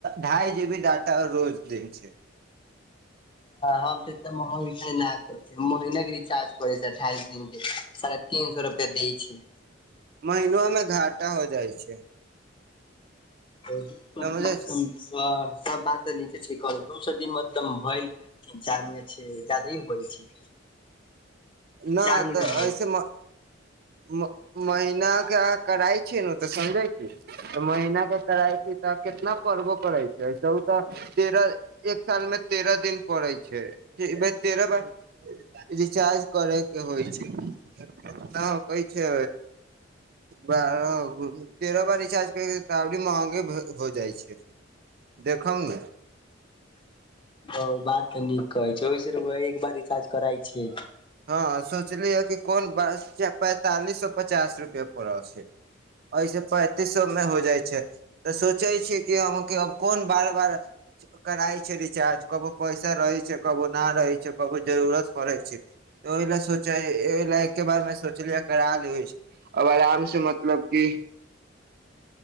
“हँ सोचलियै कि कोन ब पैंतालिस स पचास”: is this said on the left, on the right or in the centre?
Right